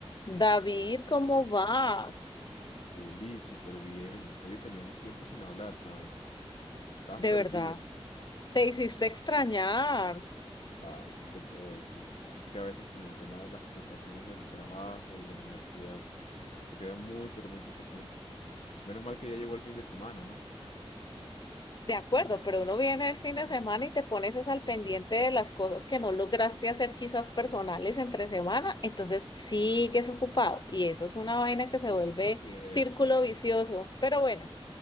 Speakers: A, on the left; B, on the left.
A: David, ¿cómo vas?
B: Juli, súper bien. Oye, teníamos tiempo sin hablar, ¿sabes? Estabas
A: De
B: perdida.
A: verdad, te hiciste extrañar.
B: Ay, ¿qué te puedo decir? Es que a veces con el tema de las ocupaciones del trabajo y la universidad, te queda muy, pero muy poco tiempo. Menos mal que ya llegó el fin de semana, ¿no?
A: De acuerdo, pero uno viene el fin de semana y te pones es al pendiente de las cosas que no lograste hacer quizás personales entre semana, entonces sigues ocupado y eso es una vaina que se
B: Sí,
A: vuelve
B: es cierto.
A: círculo vicioso. Pero bueno,